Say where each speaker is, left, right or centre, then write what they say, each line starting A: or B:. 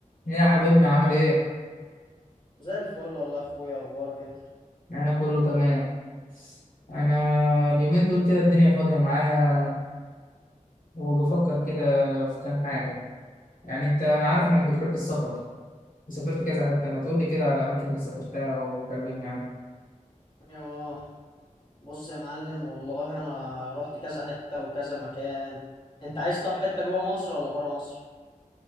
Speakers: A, on the left (about 75°); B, on the left (about 35°).
A: يا حبيبنا عامل ايه؟
B: زي الفل والله يا اخويا اخبارك انت
A: انا كله تمام انا اليومين دول كده الدنيا فاضية معايا وبفكر كده في كام حاجة يعني انت انا عارف انك بتحب السفر وسافرت كذا حتة ما تقولي كده على الاماكن اللي سافرتها وكلمني عنها
B: اه بص يا معلم والله انا رحت كذا حتة وكذا مكان انت عايز طب حتة جوه مصر ولا بره مصر